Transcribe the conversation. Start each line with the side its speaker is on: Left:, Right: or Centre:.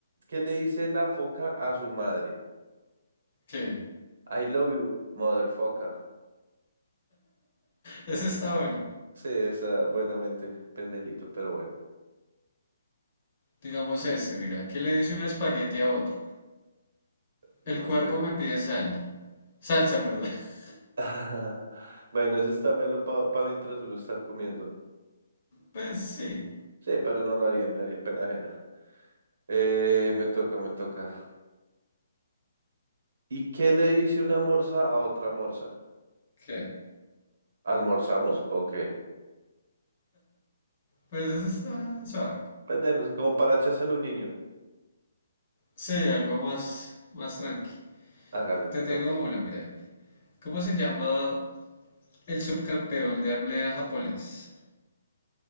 Right: ¿Qué le dice la foca a su madre?
Left: qué
Right: I love you, mother foca.
Left: ese está bueno.
Right: Sí, está buenamente pendejito, pero bueno,
Left: Digamos este, mira, ¿qué le dice un espagueti a otro?
Right: no
Left: El cuerpo
Right: sé.
Left: me pide sal. Salsa, perdón. <laughs>
Right: <laughs> Bueno, ese está melo para mientras uno está comiendo.
Left: Pues sí.
Right: Sí, pero no lo haría, me haría pena ajena. Eh, me toca, me toca. ¿Y qué le dice una morsa a otra morsa?
Left: ¿Qué?
Right: ¿Almorzamos o qué?
Left: Pues ese está suave.
Right: Pendejo, así como para echárselo a un niño.
Left: Sí, algo más, más tranqui.
Right: Hágale,
Left: Te
Right: le
Left: tengo
Right: toca.
Left: uno, mira. ¿Cómo se llama el subcampeón de apnea japonés?